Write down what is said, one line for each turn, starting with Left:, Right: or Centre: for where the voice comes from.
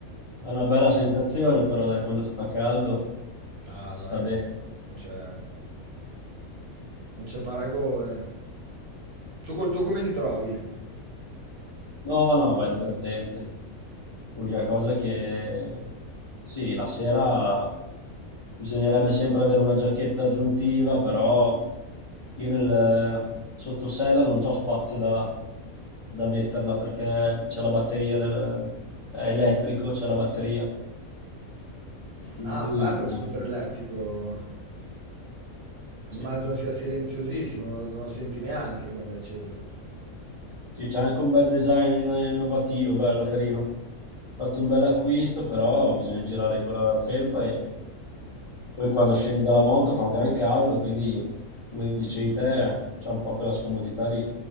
Left: è una bella sensazione, però dai, quando fa caldo
Right: Ah,
Left: si
Right: no,
Left: sta
Right: eh,
Left: bene.
Right: non c'è non c'è paragone. Tu col tuo come ti trovi?
Left: No, no, va divertente. L'unica cosa che sì, la sera bisognerebbe sempre avere una giacchetta aggiuntiva, però io nel sottosella non c'ho spazio da, da metterla perché c'è la batteria del... è elettrico, c'è la batteria. E Quindi
Right: Ah, bello
Left: diciamo,
Right: lo scooter elettrico. Immagino
Left: sì,
Right: sia silenziosissimo, non, non lo senti neanche quando è acceso.
Left: sì, c'è anche un bel design innovativo, bello, carino. Ho fatto un bel acquisto, però bisogna girare con la felpa e poi quando scendi dalla moto fa un gran caldo, quindi come dicevi te, c'è un po' quella scomodità lì